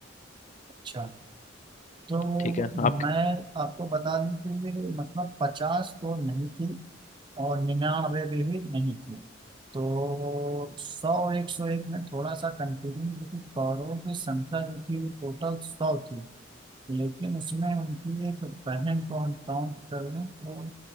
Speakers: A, on the right; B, on the left.
A: अच्छा तो
B: ठीक है आप
A: मैं आपको बता दूं कि मतलब पचास तो नहीं थी और निन्यानवे भी, भी नहीं थी तो सौ एक सौ एक में थोड़ा सा कंफ्यूजन लेकिन कौरवों की संख्या जो थी वो टोटल सौ थी लेकिन उसमें उनकी एक बहन को हम काउंट कर लें तो